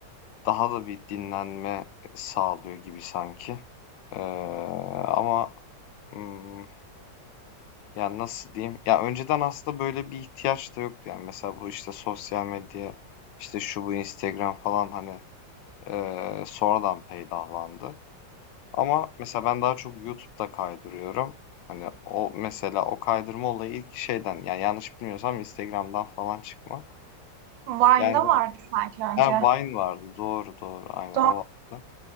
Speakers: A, on the left; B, on the right.
A: Daha da bir dinlenme sağlıyor gibi sanki. Eee, ama, ımm, yani, nasıl diyeyim? Ya, önceden aslında böyle bir ihtiyaç da yoktu. Yani, mesela bu, işte, sosyal medya, işte, şu bu Instagram falan, hani, eee, sonradan peydahlandı. Ama mesela ben daha çok YouTube'da kaydırıyorum. Hani, o mesela o kaydırma olayı ilk şeyden, yani, yanlış bilmiyorsam Instagram'dan falan çıkma.
B: Vine'da
A: Yani
B: vardı sanki önce.
A: Ha, Vine vardı. Doğru, doğru. Aynen
B: Doğru.
A: o vardı.